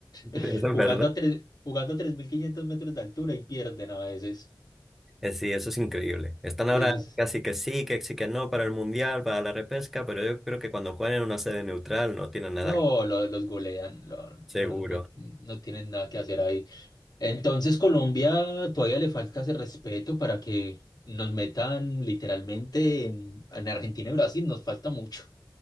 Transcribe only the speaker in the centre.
Eso es
verdad.
Eh, Sí, eso es increíble. Están
ahora
casi que sí, que sí, que no para el Mundial, para la repesca, pero yo creo que cuando juegan en una sede neutral no tienen nada
seguro.